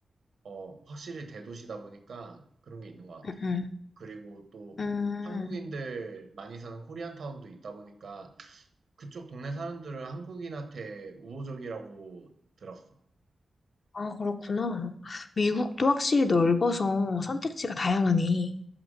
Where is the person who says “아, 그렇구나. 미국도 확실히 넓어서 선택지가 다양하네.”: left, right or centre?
Left